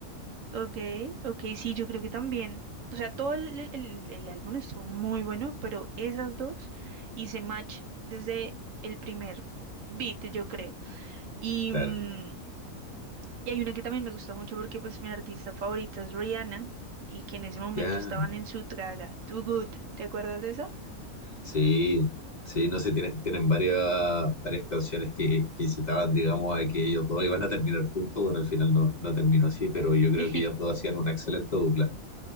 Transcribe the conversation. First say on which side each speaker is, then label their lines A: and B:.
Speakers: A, on the right (about 65°); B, on the left (about 35°).
A: Ok, ok, sí, yo creo que también, o sea, todo el, el- el- el álbum estuvo muy bueno, pero esas dos hice match desde el primer beat, yo creo. Y,
B: Claro.
A: mm, y hay una que también me gusta mucho porque pues mi artista favorita es Rihanna y que en ese momento
B: Ya.
A: estaban en su traga, Too Good, ¿te acuerdas de esa?
B: Sí, sí, no sé, tienen, tienen varias, varias canciones que, que incitaban, digamos, a que ellos dos iban a terminar juntos. Bueno, al final no, no terminó así, pero yo creo
A: <laughs>
B: que ellos dos hacían una excelente dupla.